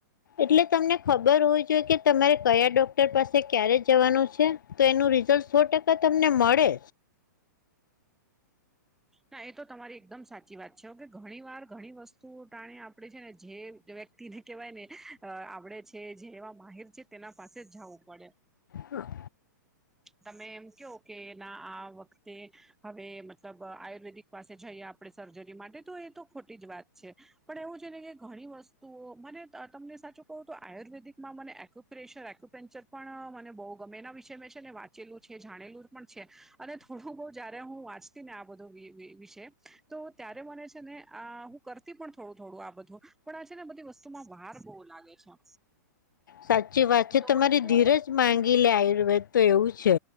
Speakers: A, on the left (about 75°); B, in the centre.
A: એટલે તમને ખબ બર હોવી જોઈએ કે તમારે કયા ડોક્ટર પાસે ક્યારે જવાનું છે તો એનું રિઝલ્ટ સો ટ ત તમને મળે
B: હા એ તો તમારી એકદમ સાચી વાત છે ઓકે ઘણી વાર ઘણી વસ્તુઓ ટાણી આપડે છે ને જે વ તીને કેવાય ને આપડે છે જે એવા માહીર છે તેના પાસે જ જવું પડે
A: હા
B: તમે એમ કયો કે ના આ વખતે હવે મતલબ આય આયુર્વેદિક પાસે જઈએ આપડે સર્જરી માટે તો એ તો ખોટી જ વાત છે પણ એવું છે ને કે ઘણી વસ્તુઓ મને તમને સાચું કવું તો આયુર્વેદિકમાં મને આખુ પ્રેશર એક્યુપેન્ચર પણ મને બહુ ગમે એના વિશે મેં છે ને વાંચેલું છે જાણેલું પણ છે અને થોડું બહુ જયારે હું વાંચતી ને આ બધું વિશે તો ત્યારે મને છે ને અ હું કરતી પણ થોડું થોડું આ બધું પણ આ છે ને બધી વસ્તુમાં ભાર બહુ લાગે છે
A: સાચી વાત છે
B: તો
A: તમારી
B: એટલે
A: ધીરજ માંગી લે આયુર્વેદ તો એવું છે